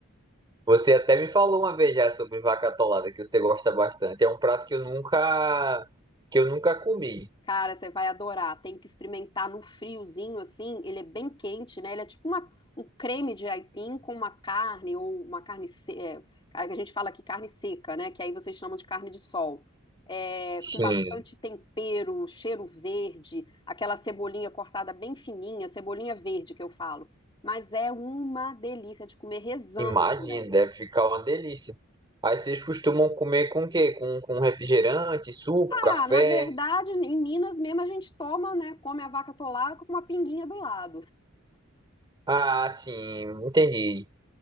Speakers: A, on the right; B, on the left.
A: você até me falou uma vez já sobre vaca atolada, que você gosta bastante. É um prato que eu nunca, que eu nunca comi.
B: Cara, você vai adorar. Tem que experimentar no friozinho assim. Ele é bem quente, né? Ele é tipo uma- um creme de aipim com uma carne ou uma carne se- é, a gente fala aqui carne seca, né? Que aí vocês chamam de carne de sol. É,
A: Sim,
B: com bastante tempero, cheiro verde, aquela cebolinha cortada bem fininha, cebolinha verde que eu falo. Mas é uma delícia de comer rezando
A: imagina,
B: também.
A: deve ficar uma delícia. Aí vocês costumam comer com o quê? Com, com refrigerante, suco,
B: Ah,
A: café?
B: na verdade, em Minas mesmo a gente toma, né? Come a vaca atolada com uma pinguinha do lado.
A: Ah, sim, entendi.